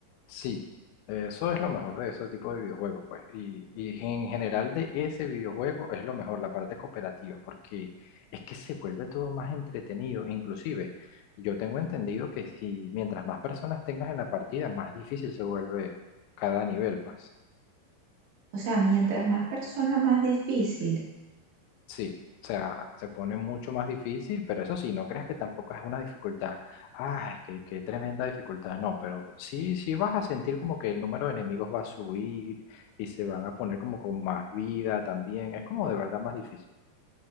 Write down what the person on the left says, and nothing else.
Sí, eso es lo mejor de ese tipo de videojuegos, pues. Y, y en general de ese videojuego es lo mejor, la parte cooperativa, porque es que se vuelve todo más entretenido. Inclusive, yo tengo entendido que si mientras más personas tengas en la partida, más difícil se vuelve cada nivel, pues.
Sí, o sea, se pone mucho más difícil, pero eso sí, no creas que tampoco es una dificultad. Ay, qué, qué tremenda dificultad. No, pero sí, sí vas a sentir como que el número de enemigos va a subir y se van a poner como con más vida también. Es como de verdad más difícil.